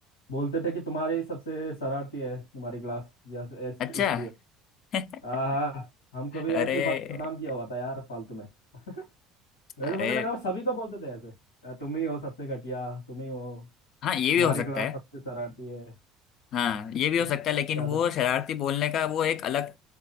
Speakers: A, on the left; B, on the left.
A: बोलते थे कि तुम्हारे ही सबसे शरारती है तुम्हारी क्लास या इस-
B: अच्छा
A: इसलिए
B: <laughs>
A: हाँ हाँ हमको भी
B: अरे
A: ऐसे ही बदनाम किया हुआ था यार फालतू में <laughs> वैसे
B: अरे
A: मुझे लग रहा है वो सभी को बोलते थे ऐसे "अ, तुम ही हो सबसे घटिया तुम ही हो
B: हाँ ये
A: तुम्हारी
B: भी हो सकता
A: क्लास
B: है
A: सबसे शरारती है
B: हाँ ये भी हो
A: सबसे
B: सकता है लेकिन
A: सबसे ज्यादा
B: वो शरारती बोलने का वो एक अलग